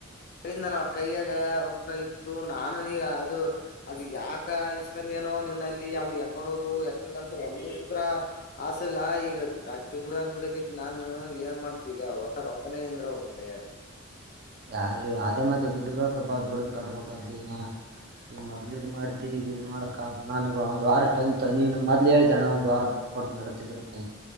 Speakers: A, on the left (about 40°); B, on the right (about 45°).
A: ಕನಲ್ಲವ ಕೈಯಾಗ ರೊಕ್ಕ ಇ ಇತ್ತು ನಾನು ನೀ ಈಗ ಅದು ಅದ ಯಾಕ ಇಸ್ಕಂದೇನೋ ನಿನ್ನಲ್ಲಿ ಅವು ಯಕಾಡೋದು ಯಾಕ ಲ್ಲಂತ ಒಂದು ಸೂತ್ರ ಆಸೆ ಇಲ್ಲ ಈಗ ಕ ದುಡಂಗ ದುಡಕೈತ್ ನಾನ್ ಏನ್ ಮಾಡ್ತ ಈಗ ಹೊಟ್ಟ ರೊಕ್ಕನೆ ನಿಂದ್ರ ಹಲುಕ ಯಾರ
B: <inaudible> ಯಾರ ಅದೇ ಮತ್ತೆ ದುಡ್ಡಬೇಕಪ್ಪಾ ದುಡ್ಡ ಕಟ್ಬೇಕಾದಿನ ಈ ಮೊದ್ಲು ಇದ್ ಮಾಡ್ದಿ ಈಗ ಇದ್ ಮಾಡಕ ನಾನೀಗ ಒಂದ್ ವಾರ ಟೈಮ್ ನೀ ಮೊದ್ಲ ಹೇಳ್ದಣ ಒಂದ್ ವಾರ ಕೊಡತ ನಡತಿದ್ರ ಅಂತೆ